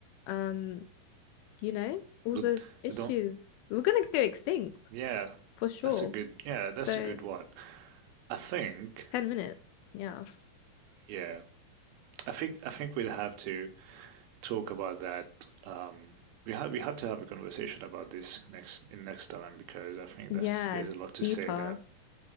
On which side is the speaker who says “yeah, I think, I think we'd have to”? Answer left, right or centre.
Right